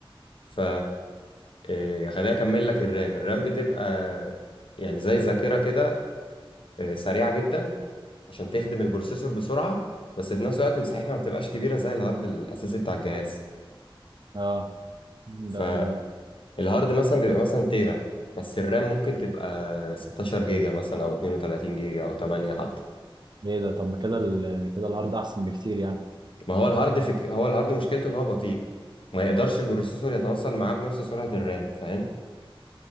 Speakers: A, on the left (about 65°); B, on the right (about 50°).
A: ف آه، خليني اكمل لك الرام الرام بتبقى يعني زي ذاكرة كده آه، سريعة جدا عشان تخدم البروسيسور بسرعة بس في نفس الوقت مساحتها ما بتبقاش كبيرة زي الهارد الأساسي بتاع الجهاز
B: اه
A: فالهارد
B: ده ال...
A: مثلا بيبقى مثلا تيرا بس الرام ممكن تبقى 16 جيجا مثلا أو 32 جيجا أو 8 حتى
B: ايه ده طب ما كده ال... كده الهارد احسن بكتير يعني
A: ما هو الهارد فك... هو الهارد مشكلته إن هو بطيء ما يقدرش البروسيسور يتواصل معاه بنفس سرعة الرام فاهم